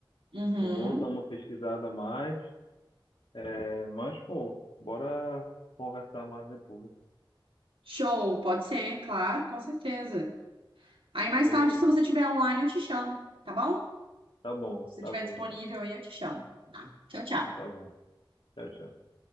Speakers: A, on the right; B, on the left.
A: Uhum.
B: Eu Vou dar uma pesquisada a mais. É, mas, pô, bora conversar mais depois.
A: Show, pode ser, claro, com certeza. Aí mais
B: Beleza.
A: tarde, se você tiver online, eu te chamo, tá bom?
B: Tá bom,
A: Se você
B: tá
A: estiver
B: bom
A: disponível
B: então.
A: aí, eu te chamo. Tá? Tchau, tchau.
B: Tá bom. Tchau, tchau.